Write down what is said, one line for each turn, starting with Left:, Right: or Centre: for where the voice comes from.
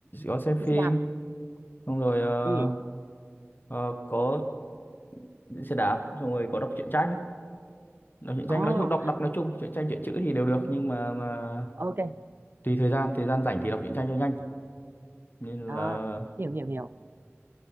Left: có xem
Right: đi
Left: phim,
Right: xe đạp.
Left: xong rồi ờ,
Right: Ừ.
Left: ờ, có đi xe đạp, xong rồi có đọc truyện tranh. Đọc truyện tranh
Right: Oh,
Left: nói chung, đọc đọc nói chung, truyện tranh truyện chữ thì đều được nhưng mà mà
Right: ok.
Left: tùy thời gian, thời gian rảnh thì đọc truyện tranh cho nhanh. Nên
Right: À,
Left: là
Right: hiểu hiểu hiểu.